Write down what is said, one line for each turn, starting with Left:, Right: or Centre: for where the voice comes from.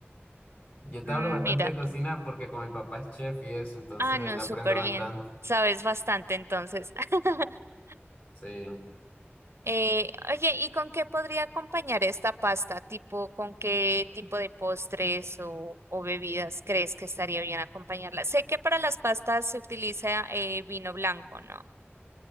Left: Yo
Right: Mm,
Left: te hablo bastante
Right: Mira
Left: de
Right: tú.
Left: cocina porque con mi papá es chef y eso, entonces
Right: Ah, no,
Left: de él aprendo
Right: súper
Left: bastante,
Right: bien. Sabes bastante entonces. <laughs>
Left: sí.
Right: Eh, oye, ¿y con qué podría acompañar esta pasta? Tipo, ¿con qué tipo de postres o, o bebidas crees que estaría bien acompañarla? Sé que para las pastas se utiliza eh, vino blanco, ¿no?